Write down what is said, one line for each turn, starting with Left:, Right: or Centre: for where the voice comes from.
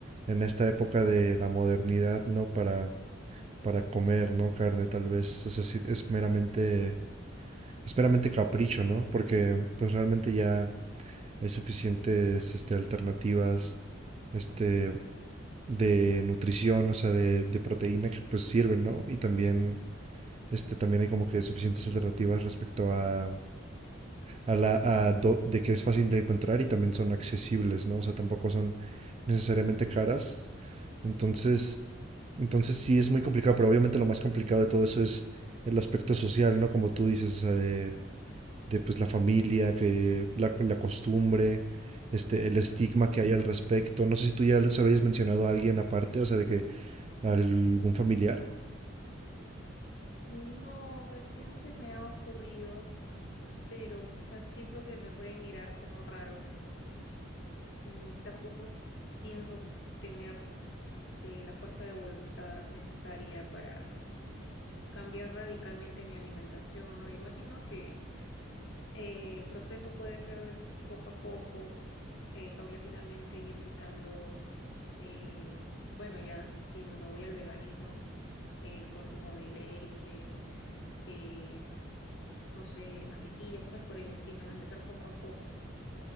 Right: en esta época de la modernidad, ¿no? Para, para comer, ¿no? Carne, tal vez, o sea, sí, es meramente, es meramente capricho, ¿no? Porque pues realmente ya hay suficientes, este, alternativas, este, de nutrición, o sea, de, de proteína que pues sirven, ¿no? Y también, este, también hay como que suficientes alternativas respecto a, a la, a do- de que es fácil de encontrar y también son accesibles, ¿no? O sea, tampoco son necesariamente caras. Entonces, entonces sí es muy complicado, pero obviamente lo más complicado de todo eso es el aspecto social, ¿no? Como tú dices, o sea, de, de pues la familia, que la, la costumbre. Este, el estigma
Left: Ah.
Right: que hay al respecto. No sé si tú ya se lo hayas mencionado a alguien aparte, o sea, de que algún familiar.
Left: No, recién se me ha ocurrido, pero, o sea, siento que me pueden mirar como raro. mm, tampoco s- pienso tener eh, la fuerza de voluntad necesaria para cambiar radicalmente mi alimentación, ¿no? Imagino que eh, el proceso puede ser de poco a poco, eh, paulatinamente ir quitando, eh, bueno, ya si no me voy al veganismo, el consumo de leche, eh, no sé, mantequilla, cosas por el estilo, ¿no? Empezar poco a poco.